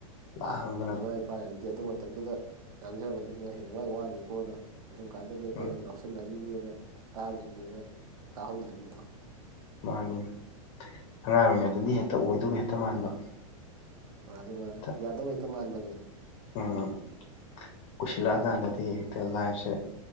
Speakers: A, on the left; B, on the right.
A: <unintelligible>
B: ꯏꯃꯥ ꯏꯄꯥꯅꯗꯤ ꯑꯗꯨ ꯃꯇꯝꯗꯨꯗ ꯉꯥꯡꯖꯕꯅꯤ ꯅꯣꯏ ꯍꯌꯦꯡꯋꯥꯏ ꯋꯥꯅꯤꯀꯣꯅ ꯑꯗꯨꯝ ꯀꯥꯟꯗꯗꯤ ꯑꯩꯈꯣꯏꯅ
A: ꯎꯝ
B: ꯉꯥꯎꯁꯟꯅꯔꯤꯅꯦꯅ ꯇꯥꯗ꯭ꯔꯤꯕꯅꯦꯅ ꯇꯥꯍꯧꯗ꯭ꯔꯤꯕꯅꯤꯗꯣ
A: ꯃꯥꯅꯤ ꯑꯉꯥꯡ ꯑꯣꯏꯔꯤꯉꯩꯗꯗꯤ ꯍꯦꯛꯇ ꯑꯣꯏꯗꯨꯕꯨ ꯍꯦꯛꯇ ꯃꯥꯟꯕ
B: ꯃꯥꯂꯤ ꯃꯥꯂꯤ
A: ꯍꯦꯛꯇ
B: ꯌꯥꯗꯧ ꯍꯦꯛꯇ ꯃꯥꯟꯕꯅꯦ
A: ꯎꯝ ꯀꯨꯏꯁꯤꯜꯂꯛꯑꯀꯥꯟꯗꯗꯤ ꯍꯦꯛꯇ ꯂꯥꯏꯐꯁꯦ